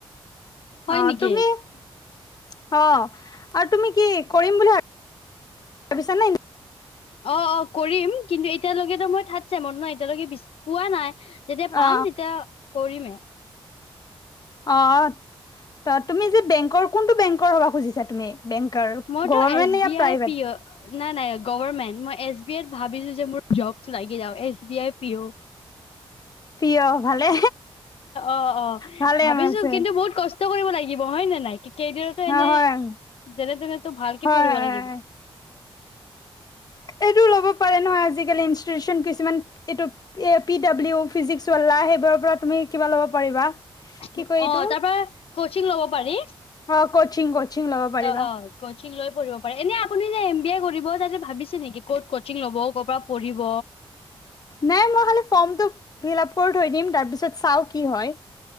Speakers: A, on the left; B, on the left.
A: হয়
B: অ
A: নেকি?
B: তুমি অ আৰু তুমি কি কৰিম বুলি ভাব ভাবিছা নাই
A: অ অ কৰিম কিন্তু এতিয়ালৈকেতো মই থাত চেমট ন এতিয়ালৈকে পোৱা নাই। যেতিয়া পাম
B: অ
A: তেতিয়া কৰিমে।
B: অ ত তুমি যে বেংকৰ কোনটো বেংকৰ হব খুজিছা তুমি? বেংকৰ
A: মইতো
B: গভৰমেণ্ট
A: এছ
B: য়া
A: বি
B: প্ৰাইভেট
A: আই পি অ নাই নাই গভমেণ্ট মই এছ ভাবিছোঁ যে মোৰ জব। লাগি যায় S B I P O
B: P ' অ ভালে।
A: অ অ
B: ভালে
A: ভাবিছো
B: আছে
A: কিন্তু বহুত কষ্ট। কৰিব লাগিব হয় নে নাই? কেইদিনতো
B: অ হয়
A: এনে যেনে তেনে তো ভালকে
B: হয়
A: পঢ়িব
B: হয় হয়।
A: লাগিব।
B: এইটো ল'ব পাৰে নহয়, আজিকালি ইনষ্টিটিউচন কিছুমান এইটো পি ডাব্লিউ ফিজিক্সৱালা সেইবোৰৰ পৰা তুমি কিবা ল'ব পাৰিবা। কি
A: অ,
B: কয় এইটো
A: তাৰপা কৈ <unintelligible> ল'ব পাৰি।
B: অ, কচিং-কচিং লব পাৰিবা।
A: অ অ কচিং লৈ পঢ়িব পাৰে এনে আপুনি এই, এম বি আই কৰিব তাতে ভাবিছে নেকি, ক'ত কছিং ল'ব, ' কৰ পৰা পঢ়িব?
B: নাই মই খালি ফৰ্মটো ফিলাপ কৰি থৈ দিম, তাৰ পাছত চাও কি হয়।